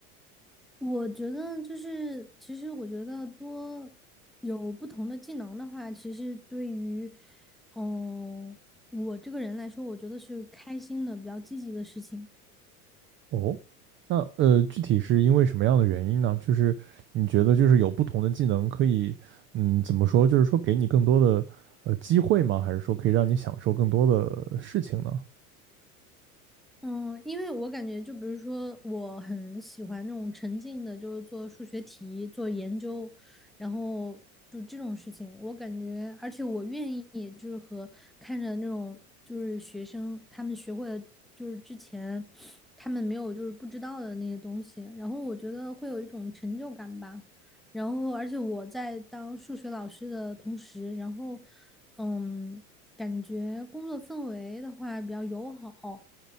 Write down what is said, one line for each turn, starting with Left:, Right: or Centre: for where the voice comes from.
Centre: 我觉得就是，其实我觉得多有不同的技能的话，其实对于，嗯、我这个人来说，我觉得是开心的、比较积极的事情。
Right: 哦，那呃，具体是因为什么样的原因呢？就是你觉得就是有不同的技能可以，嗯，怎么说？就是说给你更多的呃机会吗？还是说可以让你享受更多的事情呢？
Centre: 嗯，因为我感觉，就比如说，我很喜欢那种沉浸的，就是做数学题、做研究，然后就这种事情，我感觉，而且我愿意，就是和看着那种就是学生他们学会了，就是之前他们没有就是不知道的那些东西，然后我觉得会有一种成就感吧。然后，而且我在当数学老师的同时，然后，嗯，感觉工作氛围的话比较友好。